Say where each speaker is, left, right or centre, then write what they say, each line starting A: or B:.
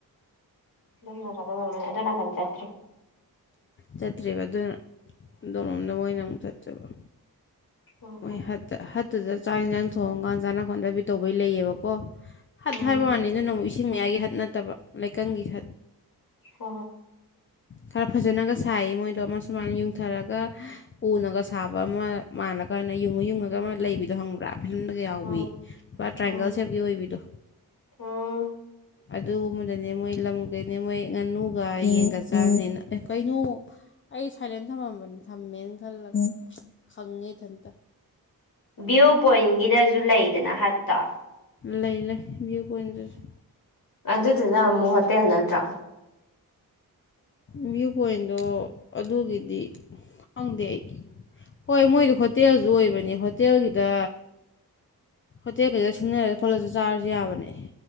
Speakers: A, on the left; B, on the left.
A: ꯑꯗꯣꯝ ꯅꯀꯟꯗ ꯑꯣꯏꯔꯝꯃꯅꯤ ꯑꯗꯨ ꯅꯥꯀꯟ ꯆꯠꯇ꯭ꯔꯤ
B: ꯆꯠꯇ꯭ꯔꯦꯕ ꯑꯗꯨꯅ ꯑꯗꯣꯝꯔꯣꯝꯗ ꯃꯣꯏꯅ ꯑꯃꯨꯛ ꯆꯠꯇꯣꯏꯕ
A: ꯎꯝ
B: ꯃꯣꯏ ꯍꯠꯇ ꯍꯠꯇꯨꯗ ꯆꯥꯛ ꯌꯦꯟꯁꯥꯡ ꯊꯣꯡꯉꯀꯥꯟ ꯆꯥꯅ ꯈꯣꯠꯅꯕꯤ ꯇꯧꯕꯩ ꯂꯩꯌꯦꯕꯀꯣ ꯍꯠ
A: ꯎꯝ
B: ꯍꯥꯏꯕ ꯋꯥꯅꯤ ꯑꯗꯨꯅ ꯑꯃꯨꯛ ꯏꯁꯤꯡ ꯃꯌꯥꯏꯒꯤ ꯍꯠ ꯅꯠꯇꯕ ꯂꯩꯀꯪꯒꯤ ꯍꯠ
A: ꯍꯣ ꯍꯣ
B: ꯈꯔ ꯐꯖꯅꯒ ꯁꯥꯏꯌꯦ ꯃꯣꯏꯗꯣ ꯑꯃ ꯁꯨꯃꯥꯏꯅ ꯌꯨꯡꯊꯔꯒ ꯎꯅꯒ ꯁꯥꯕ ꯑꯃ ꯃꯥꯜꯂꯀꯥꯟꯗ ꯌꯨꯡꯉ ꯌꯨꯡꯉꯒ ꯑꯃ ꯂꯩꯕꯗꯣ ꯍꯪꯕ꯭ꯔꯥ ꯐꯤꯂꯝꯗꯒ ꯌꯥꯎꯕꯤ
A: ꯎꯝ
B: ꯄꯨꯔꯥ ꯇ꯭ꯔꯥꯏꯡꯒꯜ
A: ꯎꯝ
B: ꯁꯦꯞꯀꯤ ꯑꯣꯏꯕꯤꯗꯣ
A: ꯎꯝ
B: ꯑꯗꯨꯒꯨꯝꯕꯗꯅꯦ ꯃꯣꯏ ꯂꯝꯒꯩꯅꯦ ꯃꯣꯏ ꯉꯥꯅꯨꯒ ꯌꯦꯟꯒ ꯆꯥꯅꯤꯅ ꯑꯦ ꯀꯩꯅꯣ ꯑꯩ ꯁꯥꯏꯂꯦꯟ ꯊꯝꯃꯝꯕꯅꯤ ꯊꯝꯃꯦꯅ ꯈꯜꯂꯒ ꯈꯪꯉꯦ ꯏꯊꯟꯇ
A: ꯚꯤꯌꯨ ꯄꯣꯏꯟꯒꯤꯗꯖꯨ ꯂꯩꯗꯅ ꯍꯠꯇꯣ
B: ꯂꯩ ꯂꯩ ꯚ꯭ꯌꯨ ꯄꯣꯏꯟꯇꯁꯨ
A: ꯑꯗꯨꯗꯨꯅ ꯑꯃꯨꯛ ꯍꯣꯇꯦꯜ ꯅꯠꯇ꯭ꯔꯥ
B: ꯚ꯭ꯌꯨ ꯄꯣꯏꯟꯗꯣ ꯑꯗꯨꯒꯤꯗꯤ ꯈꯪꯗꯦ ꯑꯩ ꯍꯣꯏ ꯃꯣꯏꯗꯣ ꯍꯣꯇꯦꯜꯖꯨ ꯑꯣꯏꯕꯅꯦ ꯍꯣꯇꯦꯜꯒꯤꯗ ꯍꯣꯇꯦꯜ ꯒꯩꯗ ꯁꯤꯡꯅꯔꯒ ꯈꯣꯠꯂꯖꯨ ꯆꯥꯔꯖꯨ ꯌꯥꯕꯅꯦ